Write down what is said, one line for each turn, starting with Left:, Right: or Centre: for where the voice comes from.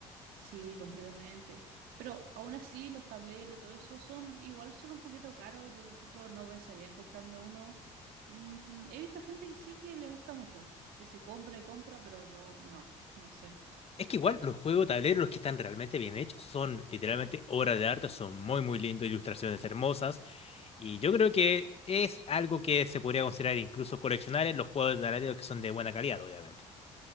Right: Sí, completamente. Pero aún así, los tableros y todo eso son igual, son un poquito caros. Yo, por ejemplo, no pensaría en comprarme uno. Mm, he visto gente que sí que le gusta mucho, que se compra y compra, pero yo no, no sé.
Left: Es que igual los juegos de tablero, los que están realmente bien hechos, son literalmente obras de arte, son muy muy lindos, ilustraciones hermosas, y yo creo que es algo que se podría considerar incluso coleccionables los juegos de tablero que son de buena calidad, obviamente.